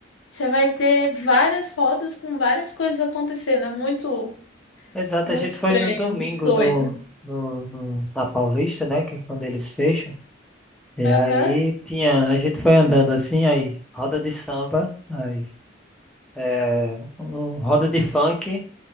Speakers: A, on the left (about 90°); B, in the centre.
A: Você vai ter várias rodas com várias coisas acontecendo. É muito,
B: Exato,
A: muito
B: a gente
A: estranho,
B: foi no domingo
A: muito doido.
B: no, no, no- na Paulista, né? Que é quando eles fecham. E
A: Aham.
B: aí tinha, a gente foi andando assim, aí roda de samba, aí é, um- roda de funk.